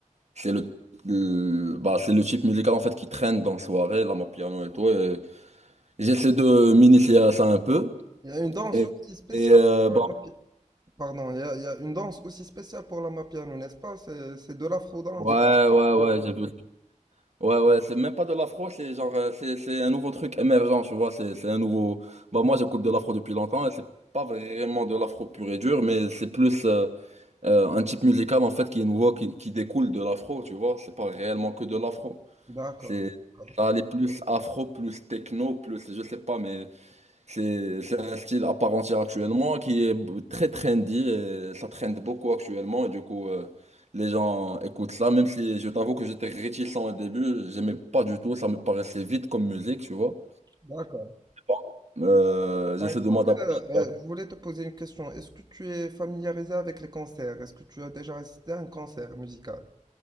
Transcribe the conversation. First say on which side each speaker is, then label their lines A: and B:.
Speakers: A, on the right (about 55°); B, on the right (about 30°).
A: c'est le, le- bah, c'est le type musical en fait qui traîne dans les soirées, l'amapiano et tout. Et j'essaie de m'initier à ça un peu.
B: Il y a une danse
A: Et,
B: aussi spéciale.
A: et, euh,
B: pour
A: bah,
B: la mafia. Pardon, il y a, il y a une danse aussi spéciale pour l'amapiano, n'est-ce pas? C'est, c'est de l'afro-danse.
A: ouais, ouais, ouais, j'ai vu Ouais, ouais, c'est même pas de l'afro, c'est genre, euh, c'est, c'est un nouveau truc émergent, tu vois, c'est, c'est un nouveau... Bah, moi, j'écoute de l'afro depuis longtemps, et c'est pas vraiment de l'afro pur et dur, mais c'est plus euh, euh, un type musical, en fait, qui est nouveau, qui, qui découle de l'afro, tu vois, c'est pas réellement que de l'afro.
B: D'accord,
A: C'est...
B: d'accord,
A: Ça allait plus afro, plus techno, plus, je sais pas, mais c'est c'est un style à part entière actuellement qui est b- très trendy et ça trend beaucoup actuellement. Et du coup, euh, les gens écoutent ça, même si je t'avoue que j'étais réticent au début, j'aimais pas du tout, ça me paraissait vite comme musique, tu vois.
B: d'accord.
A: Bon, euh, j'essaie
B: Bah, écoute,
A: de m'adapter
B: euh,
A: un peu.
B: euh, je voulais te poser une question. Est-ce que tu es familiarisé avec les concerts? Est-ce que tu as déjà assisté à un concert musical?